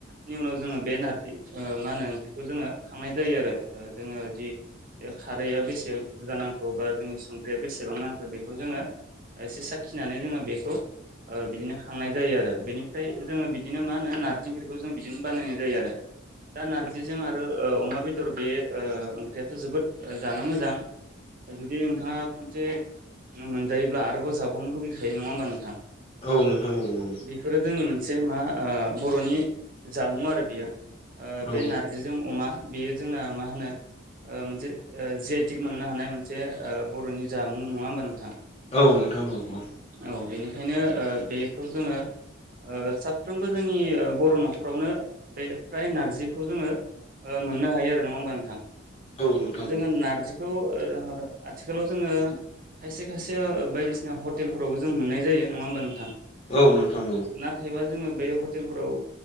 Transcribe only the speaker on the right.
नि उनाव जोङो बे नारजि मा होनो ओंख्रिखौ जोङो खांनाय जायो आरो जोङो जि बे खारैया बेसे बुरजा नांगौ बा जोंनि संख्रिया बेसेबां नांगौखौ बेखौ जोङो एसे साखिनानै जोङो बेखौ ओ बिदिनो खांनाय जायो आरो बेनिफ्राय जोङो बिदिनो मा होनो नारजि ओख्रिखौ जों बिदिनो बानायनाय जायो आरो दा नारजिजों आरो ओ अमा बेदर बे ओ ओंख्रियाथ' जोबोद जानो मोजां जुदि नोंथाङा खनसे मोनजायोब्ला आरोबाव जाबावनो लुगैखायो नङा होमबा नोंथां
बेफोरो जोंनि मोनसे मा आ बर'नि जामुं आरो बियो ओ बे
नारजिजों अमा बेयो जोंना मा होनो ओ मोनसे जि आइटिक मोननो हानाय मोनसे ओ बर'नि जामुं नङा होमबा नोंथां
औ बेनिखायनो ओ बेखौ जोङो ओ साफ्रोमबो जोंनि बर' न'खरावनो बे फ्राय नारजिखौ जोङो मोननो हायो आरो नङा होमबा नोंथां
जोङो
नारजि खौ आथिखालाव जोङो <unintelligible> खायसे खायसे बायदिसिना हटेलफोरावबो जों मोननाय जायो नङा होमबा नोंथां
ना एबा जोङो बे हटेलफोराव